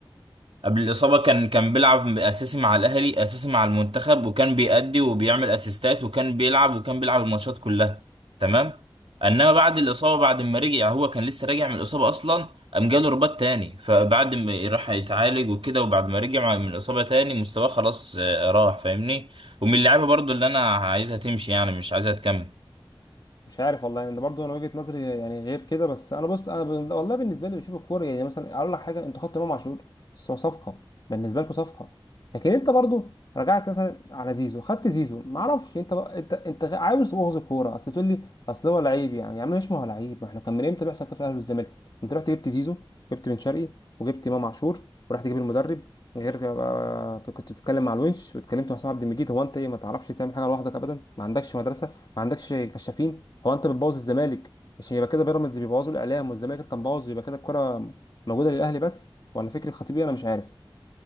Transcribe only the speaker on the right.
قبل الإصابة كان كان بيلعب أساسي مع الأهلي أساسي مع المنتخب وكان بيأدي وبيعمل أسيستات وكان بيلعب وكان بيلعب الماتشات كلها تمام إنما بعد الإصابة بعد ما رجع هو كان لسه راجع من الإصابة أصلا قام جاله رباط تاني فبعد ما راح يتعالج وكده وبعد ما رجع من الإصابة تاني مستواه خلاص آه، راح فاهمني ومن اللعيبة برضو اللي أنا عايزها تمشي يعني مش عايزها تكمل